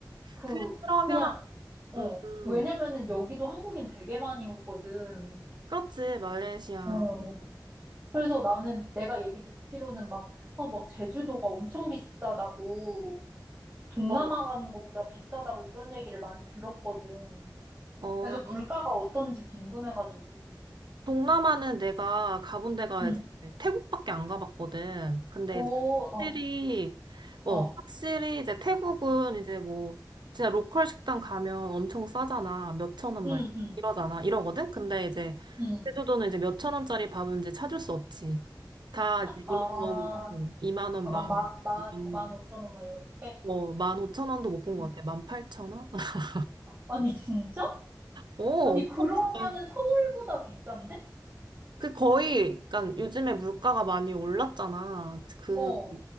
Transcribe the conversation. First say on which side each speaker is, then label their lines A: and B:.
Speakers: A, on the right; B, on the right.
A: 그,
B: 그러면,
A: 그냥, 어.
B: 음,
A: 왜냐면은
B: 음.
A: 여기도 한국인 되게 많이 오거든.
B: 그렇지, 말레이시아.
A: 어. 그래서 나는 내가 얘기 듣기로는 막, 어, 막 제주도가 엄청 비싸다고, 동남아
B: 어,
A: 가는 것보다 비싸다고 이런 얘기를 많이 들었거든.
B: 어.
A: 그래서 물가가 어떤지 궁금해가지고.
B: 동남아는 내가 가본 데가
A: 응.
B: 이제 태국밖에 안 가봤거든. 근데
A: 오,
B: 이제
A: 어,
B: 확실히, 어,
A: 어.
B: 확실히 이제 태국은 이제 뭐, 진짜 로컬 식당 가면 엄청 싸잖아. 몇 천 원
A: 응,
B: 막
A: 응,
B: 이러잖아. 이러거든? 근데 이제
A: 응.
B: 제주도는 이제 몇 천 원짜리 밥은 이제 찾을 수 없지. 다 이제
A: 아.
B: 2만 원, 어, 2만 원,
A: 아, 막
B: 만,
A: 만, 만,
B: 음,
A: 만 오천 원 막 이렇게?
B: 어, 만 오천 원도 못 본
A: 음.
B: 것 같아. 만 팔천 원? <laughs>
A: 아니, 진짜?
B: 어,
A: 아니,
B: 엄청
A: 그러면은
B: 비싸.
A: 서울보다 비싼데?
B: 그 거의, 그러니까 요즘에 물가가 많이 올랐잖아. 그
A: 어.